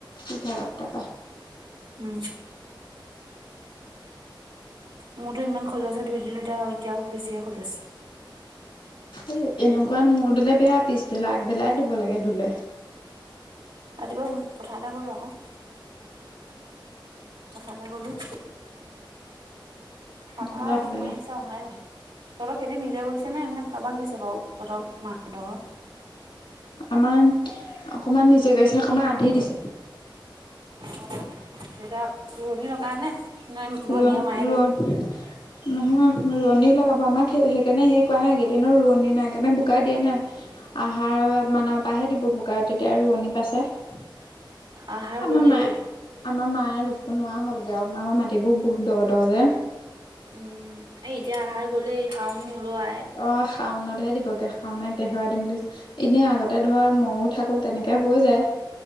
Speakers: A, on the left (about 80°); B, on the right (about 85°).
A: শুই থাক আউ তাপা
B: উম মোৰতো ইমান খজোৱাছে ধুই দিলো এতিয়া এতিয়াও বেছিহে খজুৱাছে
A: এ এনেকুৱা মোৰ ধুলে বেয়া পিছবেলা আগবেলাই ধুব লাগে ধুলে
B: ৰাতিপুৱা উম পথাৰলে গলো আক পথাৰলে গলো পাপা
A: ধুলে আগবেলাই
B: কোমাইছ ছে অহাই নাই তহঁতৰ খেতি নিজে গৈছে নে নে কাবাক দিছে বাউ ততৰ মাহহঁতৰ
A: আমান অকমান নিজে কৈছে অকমান আধি দিছে
B: অ তেতয়া ৰুৱনী লগাই নে নে ভনীয়ে
A: ৰোৱন
B: মায়ে
A: ৰোৱন
B: ৰুৱে?
A: নহয় ৰোৱনী লগাব আমা কে সেইকাৰণে সেই কৰনে সেইকাৰণে বোকাই দিয়া নাই আহাৰ মানে পাইহে দিব বোকা তেতিয়া ৰোৱনি পাইছে
B: আহাৰ
A: আমাৰ
B: গ'লেই
A: মায়ে, আমাৰ মায়ে ৰুব নুৱা হ'লগে আউ। আমাৰ মাই টি বো বহুত দ', দ', যে।
B: উম, এই এতিয়া আহাৰ গ'লে, শাওন হল অ আই
A: অহ, শাওনতহে দিবগে, শাওনৰ এক তাৰিখৰ পৰা দিম বুলি কৈছে। এনেই আগতে ধৰ মওঁ থাকো তেনেকে হৈ যায়।